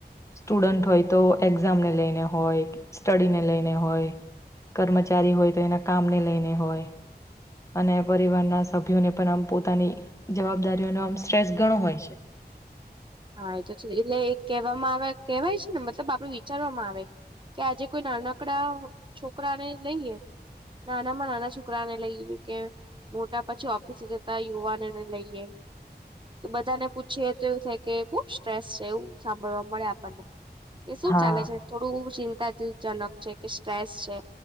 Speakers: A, on the left; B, on the right.
A: સ્ટુડન્ટ હોય તો એક્ઝામ ને લઈને હોય, સ્ટડીને લઈને હોય, કર્મચારી હોય તો એના કામને લઈને હોય, અને પરિવારના સભ્યોને પણ આમ પોતાની જવાબદારીઓનો આમ સ્ટ્રેસ ગણો હોય છે.
B: હા એ તો છે એટલે કેહવામાં આવે કેવાય શું ને મતલબ આપડું વિચારવામાં આવે કે આજે કોઈ નાનકડા છોકરાને લઈએ નાના માં નાના છોકરાને લઈએ કે મોટા પછી ઓફિસે જતા યુવાનોને લઈએ તો બધાને પૂછ્યે તો એવું થાય કે બહુ સ્ટ્રેસ છે એવું સાંભળવા મળે આપણને કે શું
A: હા
B: ચાલે છે થોડું જજનક છે કે સ્ટ્રેસ છે